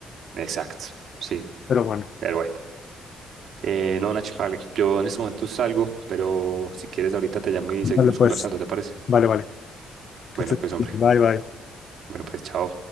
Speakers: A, on the right; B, on the left.
A: Exacto. Sí.
B: Pero bueno,
A: Pero bueno, eh, no, Nacho, vale, yo en este momento salgo, pero si quieres ahorita te llamo y
B: vale,
A: seguimos
B: pues,
A: conversando, ¿te parece?
B: vale, vale. Que
A: Bueno,
B: estés-
A: pues hombre,
B: Bye, bye.
A: bueno, pues chao.